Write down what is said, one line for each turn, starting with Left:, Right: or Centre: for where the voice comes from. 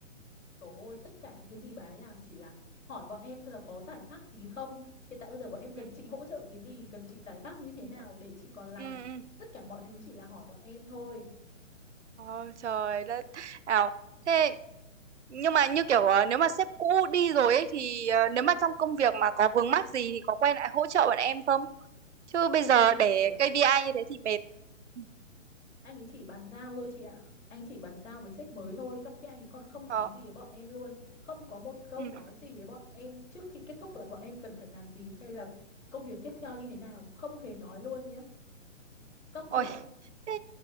Left: Trời ơi, tất cả những cái gì bà ấy làm chỉ là hỏi bọn em xem là có giải pháp gì không. Hiện tại bây giờ bọn em cần
Right: Ừ.
Left: chị hỗ trợ cái gì, cần chị giải pháp như thế
Right: Ừ.
Left: nào để chị còn làm.
Right: ừ, ừ.
Left: Tất cả mọi thứ chỉ là hỏi bọn em thôi.
Right: Ôi trời đất. Ảo. Thế nhưng mà như kiểu ờ, nếu mà sếp cũ đi rồi ấy thì ờ, nếu mà trong công việc mà có vướng mắc gì thì có quay lại hỗ trợ bọn em không? Chứ
Left: Tất
Right: bây
Left: cả
Right: giờ
Left: công việc
Right: để
Left: của
Right: KPI như thế thì mệt. ừ.
Left: anh ấy chỉ bàn giao thôi chị ạ. Anh chỉ bàn giao với sếp mới thôi, trong khi anh ấy còn không
Right: Ờ.
Left: nói gì với bọn em luôn. Không có một câu
Right: Ừ.
Left: nói gì với bọn em trước khi kết thúc là bọn em cần phải làm gì hay là công việc tiếp theo như thế nào. Không hề nói luôn nhé. Sốc
Right: Ôi,
Left: chưa?
Right: Thế